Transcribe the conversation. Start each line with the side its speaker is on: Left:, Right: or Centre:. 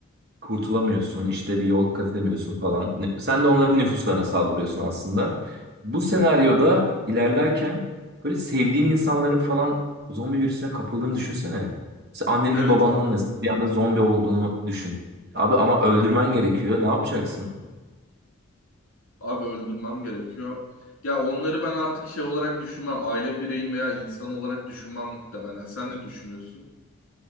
Right: kurtulamıyorsun, işte bir yol kat edemiyorsun falan. Ne- Sen de onların nüfuslarına saldırıyorsun aslında. Bu
Left: hı.
Right: senaryoda ilerlerken böyle sevdiğin insanların falan zombi virüsüne kapıldığını düşünsene. Mesela annenin
Left: Evet
Right: babanın
Left: abi.
Right: mesela bir anda zombi olduğunu düşün. Abi ama öldürmen gerekiyor. Ne yapacaksın?
Left: Abi öldürmem gerekiyor. Ya onları ben artık şey olarak düşünmem. Aile bireyim veya insan olarak düşünmem muhtemelen. Sen ne düşünüyorsun?